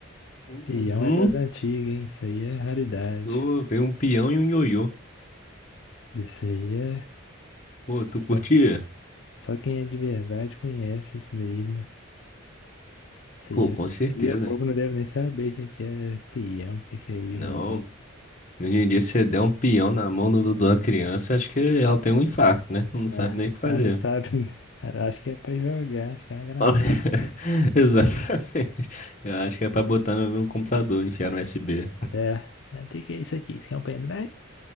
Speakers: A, on the left; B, on the left.
A: Uhum.
B: Peão é das antigas, hein? Isso aí é raridade.
A: Pô, veio um peão e um ioiô.
B: Isso aí é.
A: Pô, tu curtia?
B: Só, que- só quem é de verdade conhece isso daí, né? Isso
A: Pô,
B: aí hoje
A: com certeza.
B: em dia o povo não deve nem saber o que que é peão, o que que é ioiô.
A: Não. Hoje em dia, se você der um peão na mão do, do- da criança, acho que ela tem um infarto, né? Não
B: né?
A: sabe nem o que fazer.
B: Ah, não sabe. <laughs> Acho que é pra jogar, acho que é uma granada.
A: <laughs> Exatamente. Eu acho que é pra botar no, no computador, enfiar no USB.
B: É. Mas o que que é isso aqui? Isso aqui é um pendrive?